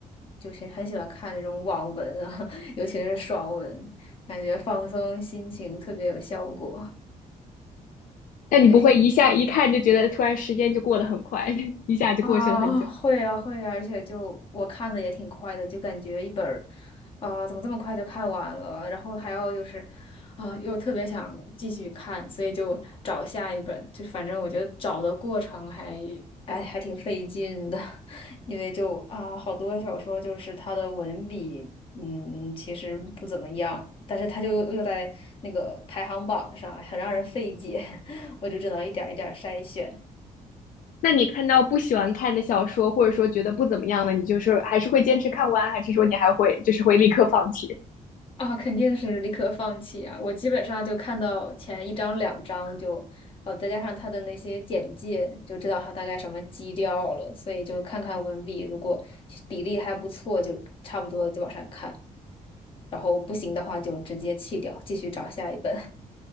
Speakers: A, on the left (about 40°); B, on the left (about 75°).
A: 就是很喜欢看那种网文啊，<laughs> 尤其是爽文，感觉放松心情特别有效果。
B: 但你不会一下一看就觉得突然时间就过得很快，
A: 对，
B: <laughs> 一下就过去了很久。
A: 啊，会啊会啊，而且就我看的也挺快的，就感觉一本儿，啊、怎么这么快就看完了？然后还要就是，啊、又特别想继续看，所以就找下一本。就反正我觉得找的过程还，哎，还挺费劲的，<laughs> 因为就啊、好多小说就是它的文笔，嗯，其实不怎么样，但是它就又又在那个排行榜上，很让人费解，<laughs> 我就只能一点儿一点儿筛选。
B: 那你看到不喜欢看的小说，或者说觉得不怎么样的，你就是还是会坚持看完，还是说你还会就是会立刻放弃？
A: 啊，肯定是立刻放弃啊！我基本上就看到前一章、两章就，呃，再加上他的那些简介，就知道他大概什么基调了，所以就看看文笔，如果比例还不错，就差不多就往上看，然后不行的话就直接弃掉，继续找下一本，